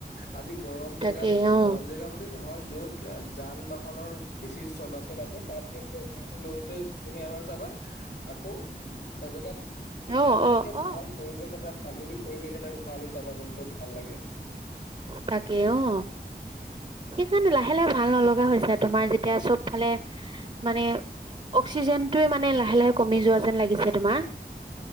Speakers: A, on the left; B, on the right.
A: আজি গৰম
B: তাকে
A: জেগাত
B: অ
A: গৰম জেগা বুলি নহয় য'ত যান বাহনৰ বেছি চলাচল আছে তাত গৈ পেলাই উশাহটো লওঁতে তুমি এবাৰ চাবা আকৌ এজেগাত
B: অ
A: ভালকে
B: অ অ
A: ভাল পৰিৱেশ এটাত প্ৰাকৃতিক পৰিৱেশ এটাত উশাহ লৈ চাবাচোন ক'ত ভাল লাগে।
B: তাকে অহ, সেইকাৰণে লাহে লাহে ভাল নলগা হৈছে তোমাৰ যেতিয়া চব ফালে মানে অক্সিজেনটোৱে মানে লাহে লাহে কমি যোৱা যেন লাগিছে তোমাৰ